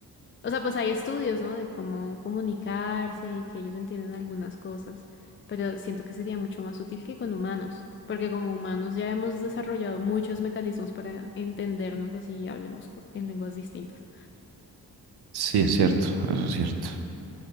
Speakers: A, on the left; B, on the right.
A: O sea, pues hay estudios, ¿no? De cómo comunicarse y que ellos entienden algunas cosas, pero siento que sería mucho más útil que con humanos, porque como humanos ya hemos desarrollado muchos mecanismos para entendernos así y hablemos co- en lenguas distintas.
B: Sí, es cierto, eso es cierto,